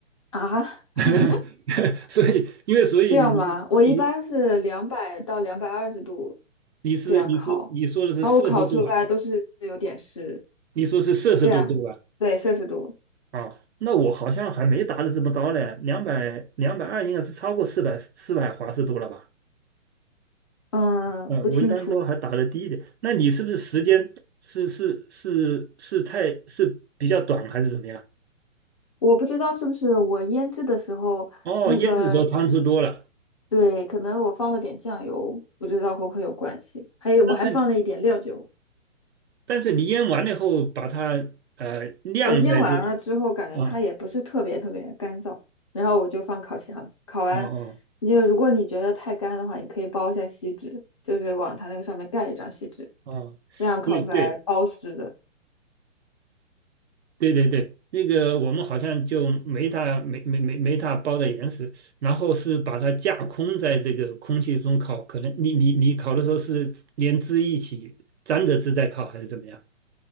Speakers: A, on the left; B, on the right.
A: 啊，<laughs>
B: <laughs> 所以因为所以你你
A: 这样吗？我一般是两百到两百二十度
B: 你是你是你说的是摄氏度还，
A: 这样烤，然后我烤出来都是有点湿，
B: 你说是摄氏度对吧？
A: 对啊，对，摄氏度，
B: 啊，那我好像还没达到这么高呢，两百两百二应该是超过四百四百华氏度了吧？
A: 嗯，
B: 嗯，
A: 不清楚。
B: 我一般都还打的低一点。那你是不是时间是是是是太是比较短还是怎么样？
A: 我不知道是不是我腌制的时候那个，
B: 哦，腌制的时候汤汁多了，
A: 对，可能我放了点酱油，不知道会不会有关系。还有我还放了一点料酒。
B: 但是你但是你腌完了以后把它呃晾在这里
A: 我腌完了之后，感觉它也不是特别特别干燥，
B: 啊，
A: 然后我就放烤箱，烤完，
B: 哦哦
A: 你就如果你觉得太干的话，你可以包一下锡纸，就是往它那个上面盖一张锡纸，
B: 哦，
A: 这样烤出来包湿的。
B: 对对对对对，那个我们好像就没它没没没没它包的严实，然后是把它架空在这个空气中烤，可能你你你烤的时候是连汁一起沾着汁在烤还是怎么样？